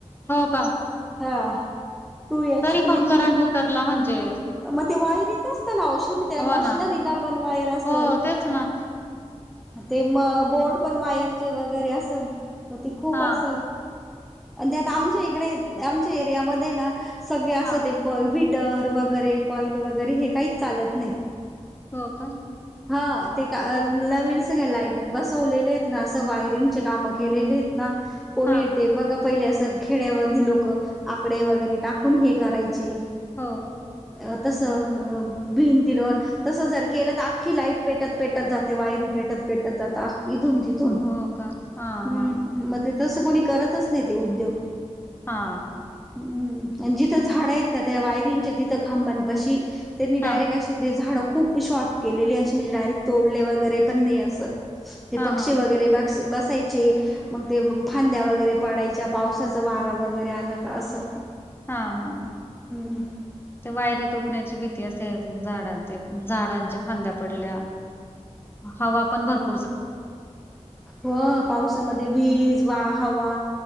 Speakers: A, on the left; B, in the centre.
A: हो का
B: हा टू एच
A: तरी
B: पी
A: पण
B: थ्री
A: करंट उतरला म्हणजे
B: मग ते वायरीच असतं ना शेवटी त्याला
A: हो
B: मशनरीला
A: ना
B: पण वायर असत
A: हो तेच ना
B: ् ते म बोर्ड पण वायरचे वगैरे असं ते खूप
A: हा
B: असं आणि त्या आत आमच्या इकडे आमच्या एरियामध्ये ना सगळे असं
A: हा
B: ते गॉयफिटर वगैरे कॉइल वगैरे हे काहीच चालत नाही
A: हो का
B: हा ते का नवीन सगळ्या लाईट बसवलेले आहेत ना असं वायरिंगचे कामं केलेले आहेत ना कोण
A: हा
B: येत बघा पहिले असं खेड्यामध्येधी लोक आकडे वगैरे टाकून हे करायचे
A: हो
B: अ तसं अ भिंतीड तस जर केलं तर आखी लाईट पेटत पेटत जाते वायरी पेटत पेटत जातथून तथ हम्म
A: हो का हा हा
B: मग ते तस कोणी करतच नाही ते उद्योग
A: हा
B: हम् आणि जिथं झाडं आहेत ना त्या वायरिंगच्या तिथं खांबण पशी त्यांनी डायरेक्ट
A: हा
B: अशी ते झाडं खूप शॉर्प केलेली असे म्हणजे डायरेक्ट तोडले वगैरे पण नाही असं ते
A: हा
B: पक्षी
A: हा
B: वगैरे बसायचे मग ते फांद्या वगैरे पडायच्या पावसाच वारा वगैरे आला का असं
A: हा हा
B: हम्
A: ते वायरी तुटण्याची भीती असे झाडांचे झाडांच्या फांद्या पडल्या हवा आपण भरपू
B: हो पावसामध्ये वीज वा हवा.